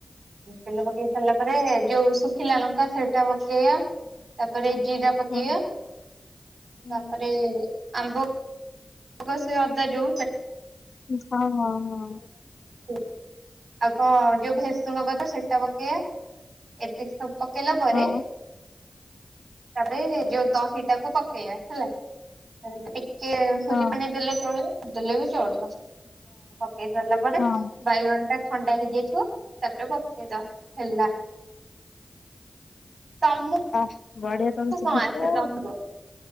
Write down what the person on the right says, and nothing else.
ତେଲ ପକେଇ ସାରିଲା ପରେ ଯୋଉ ଶୁଖିଲା ଲଙ୍କା ସେଟା ପକେଇବା ତାପରେ ଜିରା ପକେଇବା
ତାପରେ
ଆମ୍ୱ କସିଆ ଅଦା ଯଉ
ଆଉ କଣ ଯୋଉ ଭେଷୁଙ୍କ ପତ୍ର ସେଇଟା ପକେଇବା ଏତିକି ସବୁ ପ ପକେଇଲା ପରେ
ତାରେ ଯୋଉ ଦହି ତାକୁ ପକେଇବା ହେଲା ଆଉ ଟିକେ ହଉ
ପାଣି ଦେଲେ ଚଳିବ। ନଦେଲେ ଚଳ <unintelligible> ହେଇ ସରିଲା ପରେ
ବାଇଗଣ ଟା ଥଣ୍ଡା ହେଇଯାଇଥିବ ତାପରେ ପକେଇଦବା। ହେଲା। ତମକୁ
କଣ ଆସେ
ତମକୁ